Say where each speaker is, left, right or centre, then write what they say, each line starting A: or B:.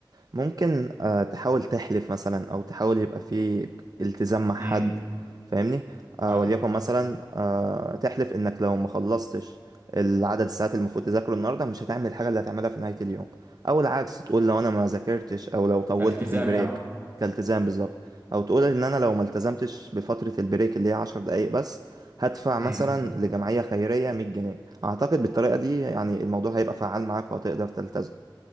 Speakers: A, on the right; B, on the right.
A: ممكن آه، تحاول تحلف مثلا او تحاول يبقى في التزام مع حد
B: امم
A: فاهمني آه،
B: ايوه
A: وليكن مثلا آه، تحلف انك لو ما خلصتش العدد الساعات المفروض تذاكره النهارده مش هتعمل الحاجه اللي هتعملها في نهايه اليوم او العكس تقول لو انا ما ذاكرتش او لو طولت
B: كالتزام
A: في البريك
B: يعني
A: كالتزام بالظبط او تقول ان انا لو ما التزمتش بفتره البريك اللي هي عشر دقايق بس هدفع
B: امم
A: مثلا لجمعيه خيريه 100 جنيه اعتقد بالطريقه دي يعني الموضوع هيبقى فعال معاك وهتقدر تلتزم